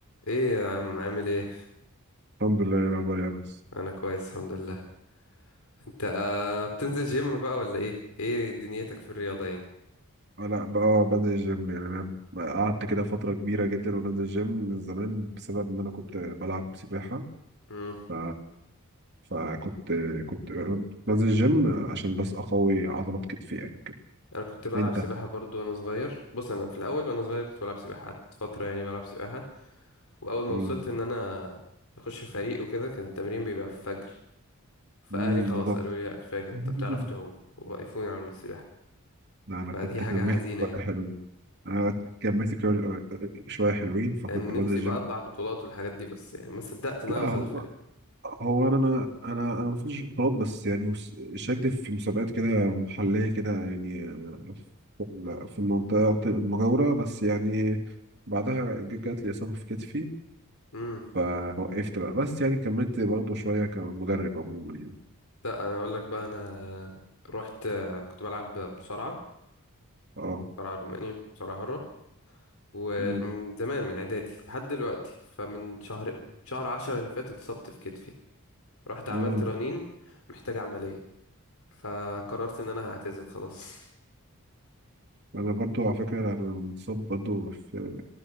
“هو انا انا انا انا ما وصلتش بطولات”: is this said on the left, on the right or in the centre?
Right